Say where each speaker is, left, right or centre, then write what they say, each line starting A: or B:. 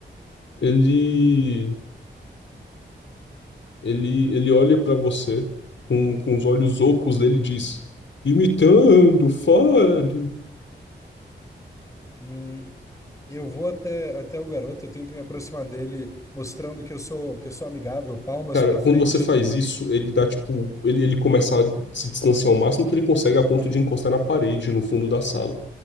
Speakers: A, on the left; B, on the left.
A: Ele. Ele, ele olha para você com, com os olhos ocos dele e diz: imitando, fale.
B: Hum, Eu vou até, até o garoto, eu tento me aproximar dele, mostrando que eu sou que eu sou amigável, palmas
A: Cara,
B: para
A: quando
B: frente.
A: você faz isso, ele dá tipo. Ele, ele começa a se distanciar ao máximo que ele consegue a ponto de encostar na parede no fundo da sala.